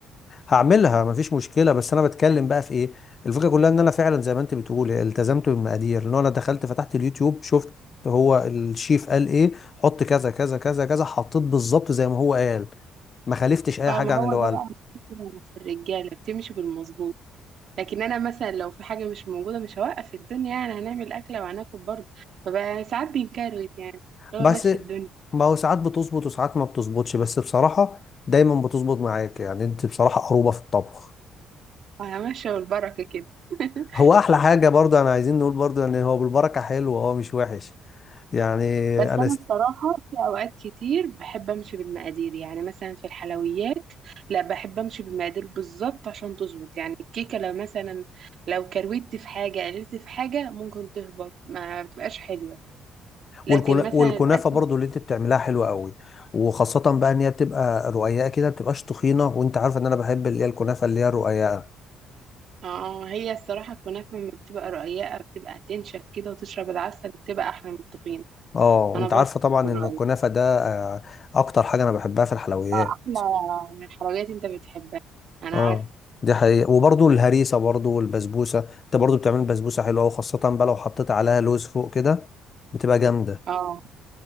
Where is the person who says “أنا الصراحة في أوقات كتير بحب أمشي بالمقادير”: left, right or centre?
Right